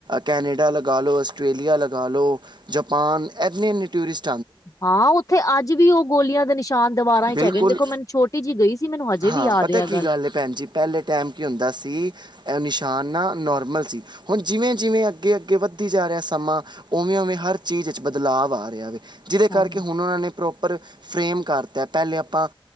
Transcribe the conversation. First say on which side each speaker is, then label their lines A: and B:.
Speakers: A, on the right (about 50°); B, on the left (about 35°).
A: ਕੈਨੇਡਾ ਲਗਾ ਲੋ, ਆਸਟ੍ਰੇਲੀਆ ਲਗਾ ਲੋ, ਜਪਾਨ ਇੰਨੇ ਇੰਨੇ ਟੂਰਿਸਟ
B: ਹਾਂ ਉੱਥੇ ਅੱਜ ਵੀ ਉਹ ਗੋਲੀਆਂ ਦੇ ਨਿਸ਼ਾਨ ਦੀਵਾਰਾਂ
A: ਬਿਲਕੁਲ।
B: ਚ ਹੈਗੇ ਨੇ, ਦੇਖੋ ਮੈਨੂੰ ਛੋਟੀ ਜਿਹੀ ਗਈ ਸੀ ਮੈਨੂੰ ਹਜੇ
A: ਹਾਂ,
B: ਵੀ ਯਾਦ
A: ਪਤਾ
B: ਹੈ
A: ਕੀ
B: ਆ
A: ਗੱਲ ਹੈ ਭੈਣ ਜੀ, ਪਹਿਲੇ ਟਾਈਮ ਕੀ ਹੁੰਦਾ ਸੀ ਨਿਸ਼ਾਨ ਨਾ ਨੋਰਮਲ ਸੀ, ਹੁਣ ਜਿਵੇਂ ਜਿਵੇਂ ਅੱਗੇ ਅੱਗੇ ਵੱਧਦੀ ਜਾ ਰਿਹਾ ਸਮਾਂ, ਉਵੇਂ ਉਵੇਂ ਹਰ ਚੀਜ਼ ਵਿੱਚ ਬਦਲਾਵ ਆ ਰਿਹਾ ਵੇ। ਜਿਹਦੇ
B: ਹਾਂ
A: ਕਰਕੇ ਹੁਣ ਉਹਨਾਂ ਨੇ ਪ੍ਰੋਪਰ ਫਰੇਮ ਕਰ ਤਾ ਐ, ਪਹਿਲੇ ਆਪਾਂ